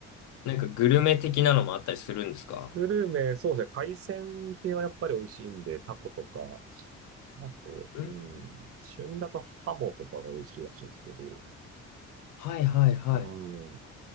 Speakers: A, on the left; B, on the right.
A: なんかグルメ的なのもあったりするんですか
B: グルメ、そうですね。海鮮系はやっぱり美味しいんで、タコとか、あと、
A: うん
B: うん、旬だとハモとかが美味しいらしいんですけど、
A: はい、はい、はい。
B: うん。